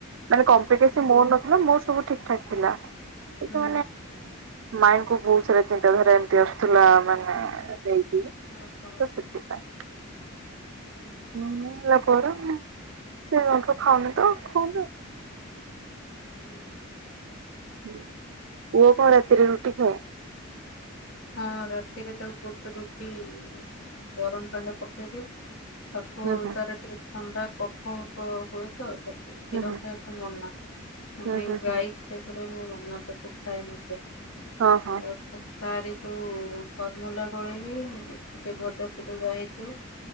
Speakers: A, on the right (about 65°); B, on the left (about 75°).
A: ମାନେ କପ୍ଲିକେସ ନେଉନଥିଲା ମୋର ସବୁ ଠିକି ଠାକ୍ ଥିଲା କିନ୍ତୁ
B: ହୁଁ
A: ମାଇଣ୍ଡି କୁ ବହୁତ ସାରା ଚିନ୍ତାଧାରା ଏମତି ଆସୁଥିଲା ମାନେ ନେଇକି
B: ଓ ହୋ।
A: ତ ସେଥିପାଇଁ।
B: ହୁଁ।
A: ମୁଁ ଇଏ କରେ ସେ ଏମିତି ଖାନ୍ତି ତ <unintelligible>
B: ହୁଁ।
A: ହୁଁ ପୁଅ କୁ କଣ ରାତିରେ ରୁଟି ଖୁଆ।
B: ହଁ ରାତିରେ ତାକୁ ଗୋଟେ ରୁଟି ଗରମ ପାଣିରେ ପକେଇଦିଏ ତାକୁ
A: ହୁଁ ହୁଁ।
B: ତାର ଟିକେ ଥଣ୍ଡା କଫ ହୋ ହୁଏ ତ ତାକୁ ସେ କ୍ଷୀର
A: ହୁଁ ହୁଁ
B: ଖାଇବାକୁ ମନା ସେନାକି
A: ହୁଁ
B: ଗାଈ
A: ହୁଁ
B: ସେଇଥିପାଇଁ ମନା ତାକୁ ଖାଏନି ସେ
A: ହୁଁ ହଁ ହଁ
B: <unintelligible> ତାରି ଯୋଉଁ ଫର୍ମୁଲା ଗୋଳେଇକି ଟିକେ ଭଜା ଫଜା ଯାହା ହେଇଥିବ।